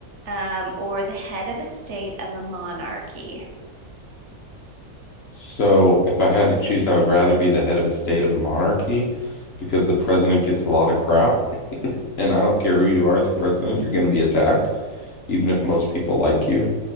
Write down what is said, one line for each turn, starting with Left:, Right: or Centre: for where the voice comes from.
Right: um, or the head of a state of a monarchy?
Left: So if I had to choose, I would rather be the head of a state of a monarchy because the president gets a lot of crap, <laughs> and I don't care who you are as a president, you're going to be attacked, even
Right: Hmm.
Left: if most people like you.